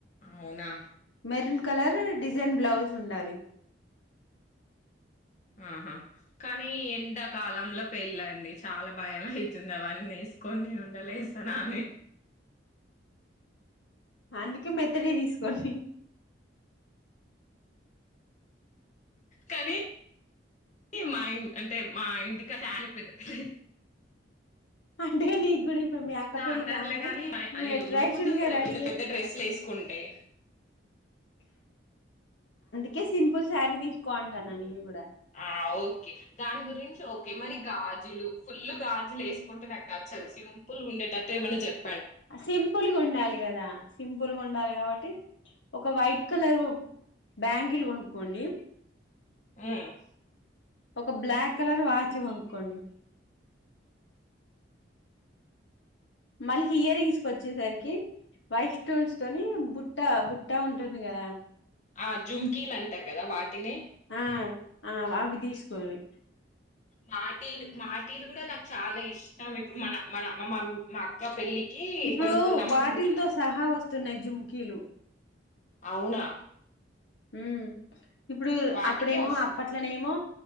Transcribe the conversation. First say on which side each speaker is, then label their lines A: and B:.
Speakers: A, on the left (about 40°); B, on the left (about 75°).
A: అవునా
B: మెరున్ కలర్ డిజైన్ బ్లౌజ్ ఉండాలి
A: ఆహా కానీ ఎండాకాలంలో పెళ్ళండి చాలా భయం అయితుంది అవన్నీ ఎసుకొని ఉండలేస్తానా అని
B: అందుకే మెత్తడి తీసుకోలి
A: కానీ మా ఇ అంటే మా ఇంటికా ఫ్యాన్ పెద్ద పెద్
B: అంటే నీకు కూడా ఇప్పు మీ అక్క పెళ్ళి
A: అన్నారులే
B: కాగానే
A: కానీ భయ-
B: నువ్
A: అది
B: ఎట్రాక్షన్
A: ఉడుకుతది
B: గా
A: కదా
B: రెడీ
A: పెద్ద
B: అయ్యి
A: పెద్ద డ్రెస్సులు వేసుకుంటే
B: కె సింపుల్ సారీ తీసుకో అంటానా నేను కూడా
A: ఆ ఓకే దాని గురించి ఓకే మరి గాజులు ఫుల్ గాజులు ఎస్ గుంటే నాకు నచ్చదు సింపుల్ గుండెటట్టు ఏమన్నా చెప్
B: అ సింపుల్గా ఉండాలి కదా సింపుల్ గా ఉండాలి కాబట్టి ఒక వైట్ కలరు బ్యాంగల్ గోనుకోండి
A: మ్మ్
B: ఒక బ్లాక్ కలర్ వాచ్ గొనుక్కోండి మళ్ళీ ఇయర్ రింగ్స్ వచ్చేసరికి వైట్ స్టోన్స్ తోని బుట్ట బుట్ట ఉంటుంది కదా
A: ఆ జుంకీలు అంటారు కదా వాటినే
B: ఆ ఆ అవి తీసుకోండి
A: మాటీలు మాటీలు కూడా నాకు చాలా ఇష్టం ఇప్పుడు మన మన అమ్మ మా పెళ్ళికి
B: ఇప్పుడు
A: కొనుక్కుందాం
B: వాటిల్తో
A: అనుకుంటున్నాం
B: సహా వస్తున్నాయి జుంకీలు
A: అవునా
B: ఊమ్ ఇప్పుడు
A: వాటికే
B: అప్పుడేమో
A: వస్తాయా
B: అప్పట్ల నేమో